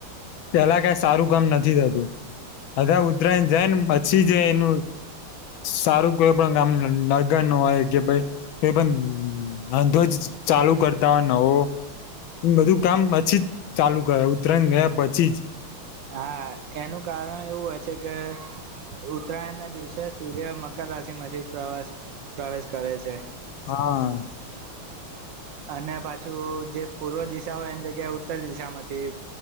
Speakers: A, on the left; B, on the right.
A: પેલા કઈ સારું કામ નથી થતું બધા ઉત્તરાયણ જાય ને પછી જ એનું સારું કોઈ પણ કામ લગન ન હોય કે ભાઈ કોઈ પણ અંધોજ ચાલુ કરતા હોય નવો એ બધું કામ પછી જ ચાલુ કરે ઉતરાયણ ગયા પછી જ
B: હા એનું કારણ એવું હોય છે કે ઉતરાયણ ના દિવસે સૂર્ય મકાર રાશિ માંથી પ્રવસ પ્રવેશ કરે છે
A: હા
B: અને પાછું જે પૂર્વ દિશા હોય એની જગ્યાએ ઉત્તર દિશામાંથી